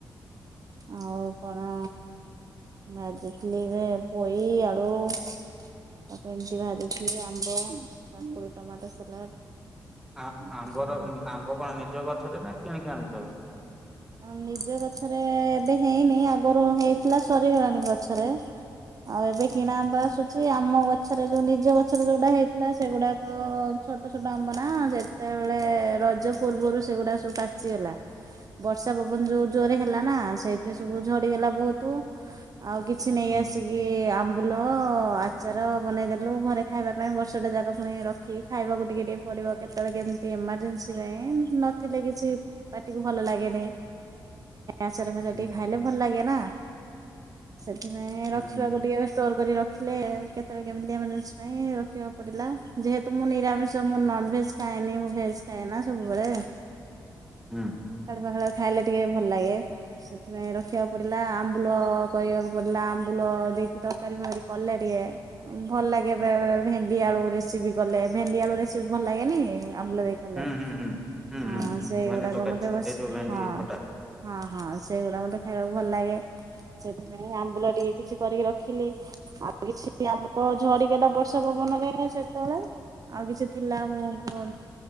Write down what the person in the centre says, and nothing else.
ଆ
ଆମ୍ବର
ଆମ୍ବ କଣ ନିଜ ଗଛରେ ନା କିଣିକି ଆଣୁଚ?
ହୁଁ
ହୁଁ
ହୁଁ
ହୁଁ
ହୁଁ
ହୁଁ।
ହୁଁ ହୁଁ ହୁଁ ହୁଁ
ହୁଁ
ଭେଣ୍ଡି ତରକାରୀ
ଏ ଯୋଉ ଭେଣ୍ଡି
ଖଟା।